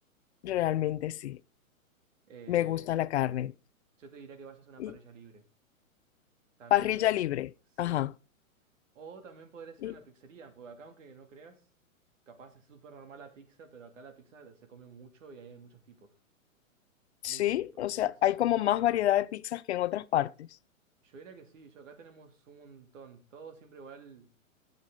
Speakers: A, on the left (about 55°); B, on the right (about 65°).
A: realmente sí.
B: Eh,
A: Me gusta la carne.
B: yo te diría que vayas a una
A: Y
B: parrilla libre. También,
A: parrilla libre.
B: sí.
A: Ajá.
B: O también podrías
A: Y
B: ir a una pizzería, porque acá, aunque no creas, capaz es súper normal la pizza, pero acá la pizza se come mucho y hay muchos tipos.
A: sí,
B: Muchos tipos,
A: o sea,
B: sí, sí.
A: hay como más variedad de pizzas que en otras partes.
B: Yo diría que sí, yo acá tenemos un montón. Todo siempre igual.